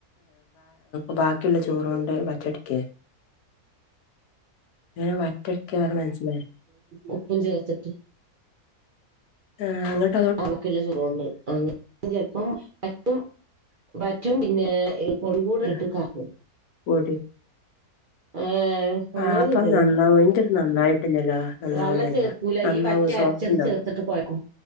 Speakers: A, on the left (about 80°); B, on the right (about 50°).
A: ബാക്കിയുള്ള ചോറ്കൊണ്ട് പറ്റടിക്ക ൻ വറ്റെടുക്കറെ മനസ്സിലായി
B: ഓഉപ്പ് ചേർത്തിട്ട്
A: ആ അ
B: അവക്കുള്ള ചുഖമുണ്ട് അങ്ങന ചിലപ്പം പറ്റും പറ്റും പിന്നെ ഒവോട്
A: ആഹ്
B: ഇട്ട് കാക്ക
A: പൊടി
B: ആഹ അങ്ങനെ
A: ആഹ് അപ്പൊ
B: ചൂതല്ണ്ട്
A: നന്നാവും എന്റെത് നന്നായിട്ടില്ലല്ലോ നന്നാവണില്ല
B: വള്ളം ചേർക്കൂല
A: നന്നാവോ
B: ഈ വറ്റാര
A: സോഫ്റ്റ്
B: ച്ചത്
A: ഉണ്ടോ
B: ചേർത്തിട്ട് കൊഴ്ക്കും.